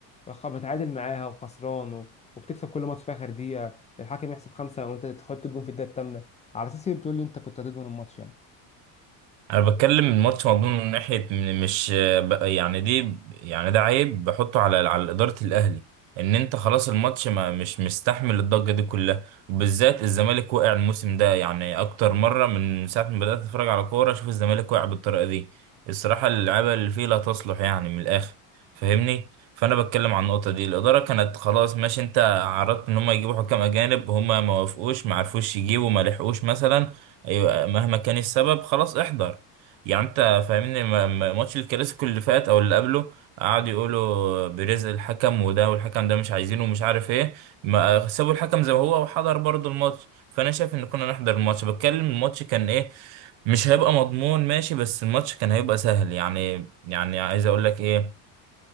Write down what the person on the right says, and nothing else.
انا بتكلم الماتش مضمون من ناحيه م- مش ب- يعني دي يعني ده عيب بحطه على على اداره الاهلي ان انت خلاص الماتش ما مش مستحمل الضجه دي كلها وبالذات الزمالك وقع الموسم ده يعني اكتر مره من ساعه ما بدات اتفرج على كوره اشوف الزمالك وقع بالطريقه دي الصراحه اللعيبه اللي فيه لا تصلح يعني من الاخر فاهمني فانا بتكلم عن النقطه دي الاداره كانت خلاص ماشي انت عرضت ان هم يجيبوا حكام اجانب هم ما وافقوش ما عرفوش يجيبوا ما لحقوش مثلا أيوة، مهما كان السبب خلاص احضر يعني انت فاهمني م- م- ماتش الكلاسيكو اللي فات او اللي قبله قعدوا يقولوا بيريز الحكم وده والحكم ده مش عايزينه ومش عارف ايه ما سابوا الحكم زي ما هو وحضر برضه الماتش فانا شايف ان كنا نحضر الماتش بتكلم الماتش كان ايه مش هيبقى مضمون ماشي بس الماتش كان هيبقى سهل يعني يعني عايز اقول لك ايه